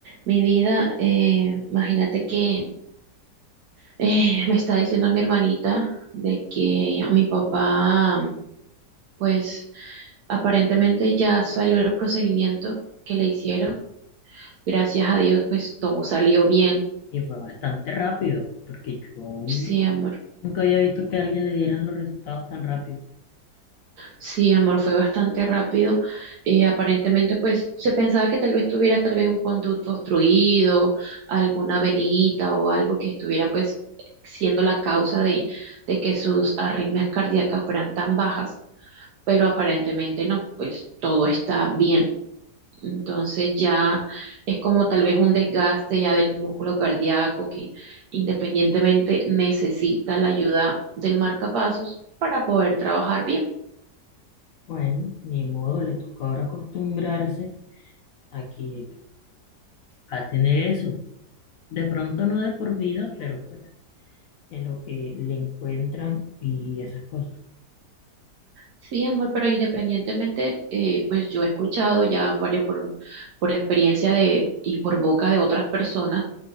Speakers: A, on the right; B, on the left.
A: Mi vida, eh, imagínate que eh, me está diciendo mi hermanita de que a mi papá, pues aparentemente ya salió el procedimiento que le hicieron. Gracias a Dios, pues todo salió bien.
B: Y fue bastante rápido, porque yo
A: Sí, amor.
B: nunca había visto que a alguien le dieran los resultados tan rápido.
A: Sí, amor, fue bastante rápido. Eh, aparentemente, pues se pensaba que tal vez tuviera tal vez un conducto obstruido, alguna venita o algo que estuviera pues siendo la causa de de que sus arritmias cardíacas fueran tan bajas. pero aparentemente no, pues todo está bien. Entonces ya es como tal vez un desgaste ya del músculo cardíaco que independientemente necesita la ayuda del marcapasos para poder trabajar bien.
B: Bueno, ni modo, le toca ahora acostumbrarse a que va a tener eso. De pronto no de por vida, pero pues en lo que le encuentran y esas cosas.
A: Sí, amor, pero independientemente, eh, pues yo he escuchado ya varios por, por experiencia de, y por boca de otras personas